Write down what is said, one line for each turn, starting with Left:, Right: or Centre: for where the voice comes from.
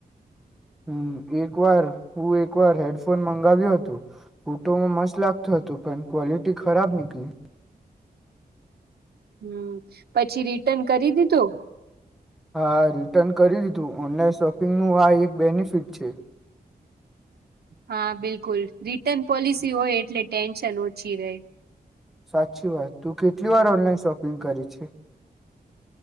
Centre: હમ એક વાર હું એક વાર હેડફોન મંગાવ્યો હતો ફુટોમાં મસ્ત લાગતોું હતો પણ ક્વલિટી ખરાબ નીકલી.
Right: હમ પછી રિટર્ન કરી દીધું.
Centre: હા રિટર્ન કરી દીધું ઓનલાઈન શોપિંગનું આ એક બેનિફિટ છે.
Right: હા બિલકુલ રિટર્ન પોલિસી હોય એટલે ટેન્શન ઓછી રહે.
Centre: સાચી વાત તું કેટલી વાર ઓનલાઈન શોપિંગ કરી છે.